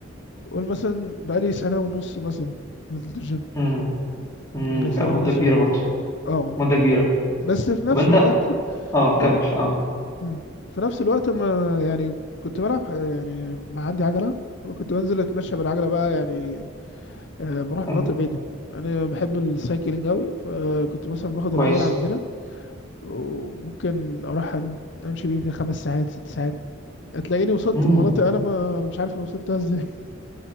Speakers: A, on the left (about 60°); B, on the left (about 15°).
A: قول مثلا بقالي سنة ونص مثلا نزلت الجيم
B: مم. مم.
A: يعني سنة
B: لا مدة
A: ونص
B: كبيرة
A: ما
B: برضو
A: اه
B: مدة كبيرة
A: بس في نفس
B: طب أنت
A: الوقت
B: أه
A: في
B: كمل
A: نفس,
B: أه
A: مم. في نفس الوقت ما يعني كنت بلعب ح- يعني ما عندي عجلة وكنت بنزل أتمشى بالعجلة بقى يعني آه، بروح
B: حلو.
A: مناطق بعيدة أنا بحب السايكلينج أوي فكنت مثلا باخد
B: كويس
A: العجلة عندنا وممكن أروح أم- أمشي بيها خمس ساعات ست ساعات هتلاقيني وصلت
B: مم.
A: لمناطق انا ما انا مش عارف انا وصلتها ازاي <laughs>